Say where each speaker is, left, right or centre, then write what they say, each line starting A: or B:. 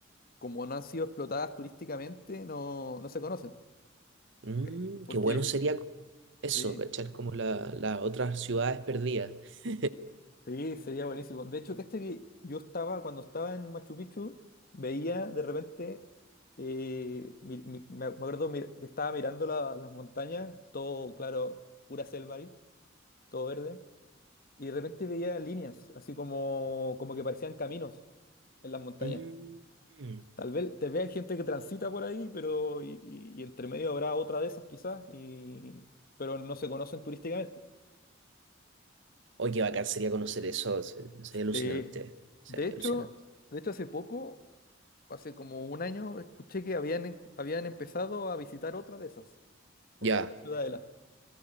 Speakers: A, on the left (about 45°); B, on the right (about 65°).
A: como no han sido explotadas turísticamente, no, no se conocen.
B: Mm,
A: Que- Porque
B: qué bueno sería eso,
A: sí,
B: cachar como la, las otras ciudades perdidas. <laughs>
A: sí, sería buenísimo. De hecho, que este que yo estaba, cuando estaba en Machu Picchu, veía de repente, eh, mi- mi- me me acuerdo mi- que estaba mirando la- las montañas, todo, claro, pura selva ahí, todo verde, y de repente veía líneas, así como, como que parecían caminos en las montañas.
B: Mm, mm.
A: Tal vez te vea gente que transita por ahí, pero y, y- y entre medio habrá otra de esas quizás, y, pero no se conocen turísticamente.
B: Oye, qué bacán sería conocer eso, se- sería alucinante,
A: Sí.
B: sería
A: De hecho,
B: alucinante.
A: de hecho hace poco, hace como un año, escuché que habían, en- habían empezado a visitar otra de esas. Otra
B: Ya,
A: de esas ciudadelas.